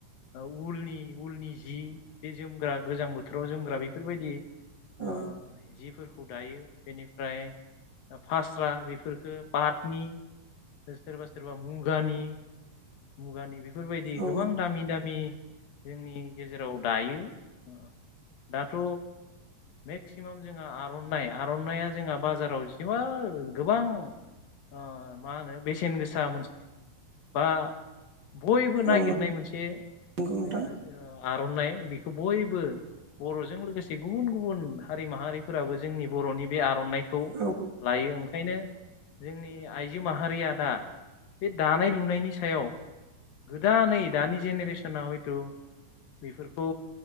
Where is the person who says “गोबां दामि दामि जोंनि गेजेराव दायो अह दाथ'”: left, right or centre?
Left